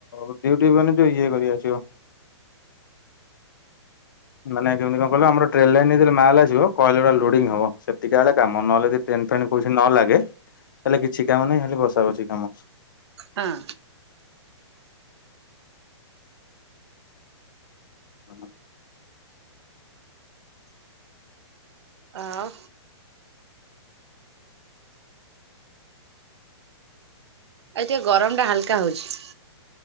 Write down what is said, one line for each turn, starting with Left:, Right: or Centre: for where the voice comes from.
Left: ଡ୍ୟୁଟି ମାନେ ଯୋଉ ଇଏ କରି ଆସିବ ମାନେ କେମତି କଣ କହିଲ ଆମର ଟ୍ରେନ୍ ଲାଇନ୍ ଭିତରେ ମାଲ୍ ଆସିବ କଏଲ୍ ଗୁରା ଲୋଡିଙ୍ଗ ହବ ସେତିିକା ବେଳେ କାମ ନହଲେ କି ଚେନ୍ ଫେନ୍ କୋଉଠି ନଲାଗେ ହେଲେ କିଛି କାମ ନାହିଁ ଖାଲି ବସା ବସି କାମ।
Right: ହଁ।
Left: ହଁ।
Right: ଆଉ ଆଜି ଟିକେ ଗରମଟା ହାଲକା ହଉଛି।